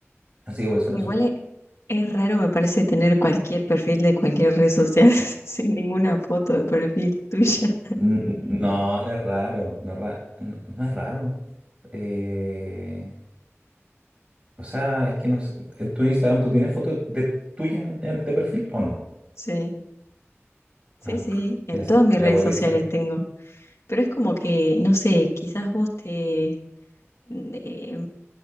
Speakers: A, on the right; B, on the left.
A: Así que por eso
B: Igual
A: la subí.
B: es, es raro, me parece, tener cualquier perfil de cualquier red social <laughs> sin ninguna foto de perfil <laughs> tuya.
A: N- No, no es raro, no es, ra- no, no es raro. Eh, o sea, es que no sé, ¿en tu Instagram tú tienes fotos de tuya en- en- de perfil o no?
B: Sí, sí,
A: Ah,
B: sí, en
A: ya, sé-
B: todas mis
A: ya
B: redes
A: puede
B: sociales
A: que sea.
B: tengo. Pero es como que, no sé, quizás vos te, eh,